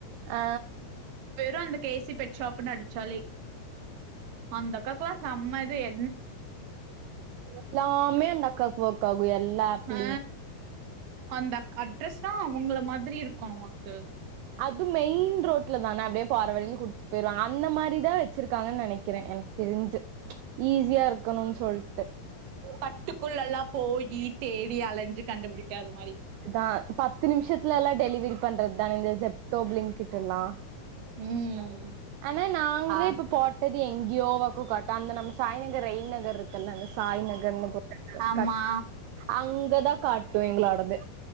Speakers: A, on the right; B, on the right.
A: ஆ
B: வெறு அந்த கே சி பெட் ஷாப்புன் அடுச்சாலே அந்தக்காக்லா செம்ம இது எ
A: எல்லாமே அந்த அக்காக்கு ஒர்க் ஆகு எல்லா ஆப்பிலயு
B: ஆ அந்த அக் அட்ரஸ் தா உங்கள மாதிரி இருக்கு நமக்கு
A: அது மெயின் ரோட்ல தான அப்டியே போற வழில குடுத்துட்டு போயிருவாங்க அந்த மாரி தா வச்சிருக்காங்கன்னு நெனக்குறே எனக்கு தெரிஞ்சு ஈஸியா இருக்கணும்னு சொல்லி
B: பட்டுக்குள்ளெல்லா போயி தேடி அலஞ்சு கண்டுபிடி அது மாரி
A: நா பத்து நிமிஷத்தல்லா டெலிவரி பண்றது தான இந்த செப் கப்லிங் கிட்டல்லா
B: ம்
A: ஆனா நாங்களே
B: ஆ
A: இப்ப போட்டது எங்கேயோ வாக்கு காட்ட அந்த நம்ம சாய்நகர் ரெயின் நகர் இருக்கு குல அங்க சாய் நகர்னு போட்டாங்க
B: ஆமா
A: கட் அங்க இததா காட்டு எங்களோடது